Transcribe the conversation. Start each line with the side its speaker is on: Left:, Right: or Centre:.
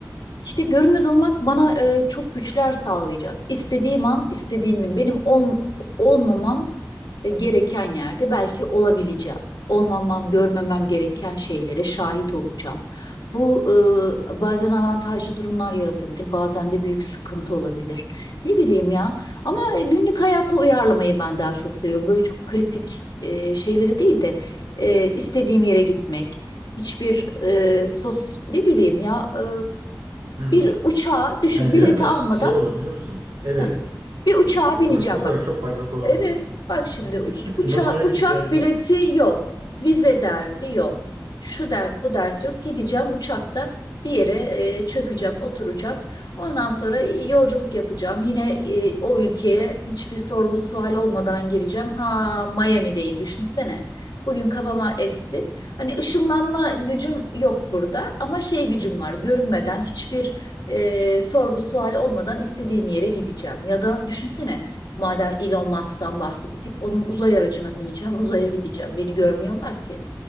Left: İşte görünmez olmak bana e, çok güçler sağlayacak. İstediğim an, istediğimi, benim ol, olmamam e, gereken yerde belki olabileceğim. Olmamam, görmemem gereken şeylere şahit olacağım. Bu e, bazen avantajlı durumlar yaratabilir, bazen de büyük sıkıntı olabilir. Ne bileyim ya. Ama e, günlük hayata uyarlamayı ben daha çok seviyorum. Böyle çok kritik e, şeylere değil de e, istediğim yere gitmek. Hiçbir e, sos ne bileyim ya e,
Right: Hmm.
Left: bir uçağa düşün
Right: Yani
Left: bileti
Right: biraz da
Left: almadan
Right: ş- şey olur biliyor musun? Evet.
Left: heh, bir uçağa
Right: Ekonomik
Left: bineceğim
Right: olarak
Left: bak.
Right: çok faydası olur
Left: Evet,
Right: sana.
Left: bak şimdi
Right: <laughs>
Left: uç,
Right: Sinemaya
Left: uça- uçak
Right: gidersin.
Left: bileti yok, vize derdi yok, şu dert bu dert yok. Gideceğim uçakta bir yere e, çökeceğim, oturacağım. Ondan sonra yolculuk yapacağım. Yine e, o ülkeye hiçbir sorgu sual olmadan gireceğim. Ha, Miami'deyim düşünsene. Bugün kafama esti. Hani ışınlanma gücüm yok burada ama şey gücüm var. Görünmeden hiçbir e, sorgu sual olmadan istediğim yere gideceğim. Ya da düşünsene. Madem Elon Musk'tan bahsettik, onun uzay aracına bineceğim, uzaya gideceğim. Beni görmüyorlar ki.